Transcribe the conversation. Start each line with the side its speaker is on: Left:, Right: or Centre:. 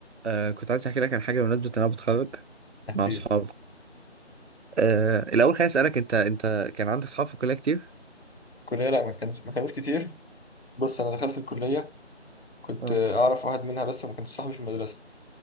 Right: آه كنت عايز احكي لك عن حاجه بمناسبه ان انا بتخرج
Left: أكيد
Right: مع اصحابي آه الاول خليني اسالك انت انت كان عندك اصحاب في الكليه كتير
Left: الكلية لا ما كانش ما كانوش كتير بص أنا دخلت الكلية كنت
Right: اه
Left: أعرف واحد منها بس وما كانش صاحبي في المدرسة